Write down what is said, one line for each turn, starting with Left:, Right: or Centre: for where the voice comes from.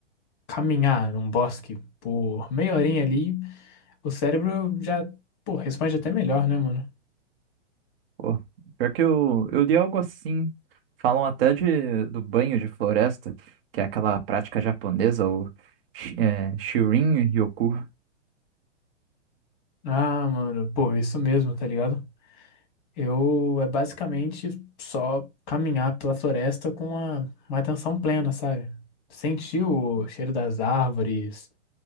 Left: caminhar num bosque por meia horinha ali, o cérebro já, pô, responde até melhor, né, mano?
Right: Pô, pior que eu, eu li algo assim, falam até de, do banho de floresta, que é aquela prática japonesa, o shi- é, Shirin Ryoku,
Left: Ah, mano, pô, isso mesmo, tá ligado? Eu é basicamente só caminhar pela floresta com uma, uma atenção plena, sabe? Sentir o cheiro das árvores,